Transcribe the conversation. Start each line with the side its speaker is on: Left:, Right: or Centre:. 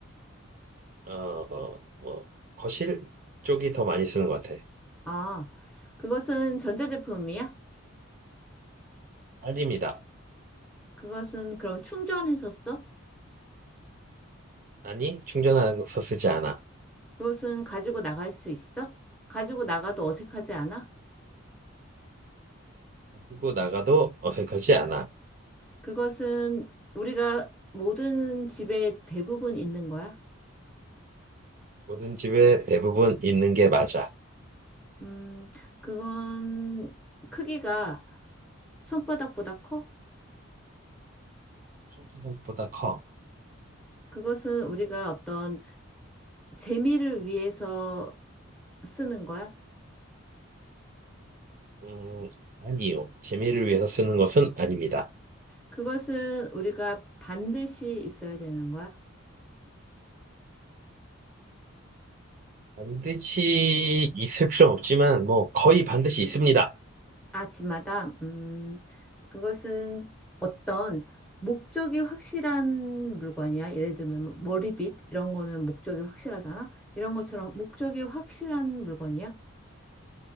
Right: 어, 뭐, 거실 쪽이 더 많이 쓰는 것 같아.
Centre: 아, 그것은 전자제품이야?
Right: 아닙니다.
Centre: 그것은 그럼 충전해서 써?
Right: 아니, 충전해서 쓰지 않아.
Centre: 그것은 가지고 나갈 수 있어? 가지고 나가도 어색하지 않아?
Right: 그리고 나가도 어색하지 않아.
Centre: 그것은 우리가 모든 집에 대부분 있는 거야?
Right: 모든 집에 대부분 있는 게 맞아.
Centre: 음, 그건 크기가 손바닥보다 커?
Right: 생각보다 커.
Centre: 그것은 우리가 어떤 재미를 위해서 쓰는 거야?
Right: 음, 아니요. 재미를 위해서 쓰는 것은 아닙니다.
Centre: 그것은 우리가 반드시 있어야 되는 거야?
Right: 반드시 있을 필요는 없지만, 뭐, 거의 반드시 있습니다.
Centre: 아침마다, 음, 그것은 어떤 목적이 확실한 물건이야. 예를 들면 뭐 머리빗 이런 거는 목적이 확실하잖아. 이런 것처럼 목적이 확실한 물건이야.